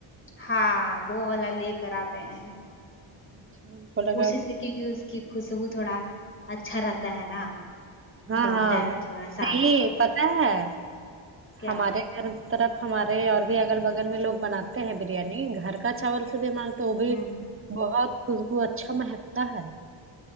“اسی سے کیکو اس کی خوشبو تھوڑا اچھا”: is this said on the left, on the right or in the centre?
Left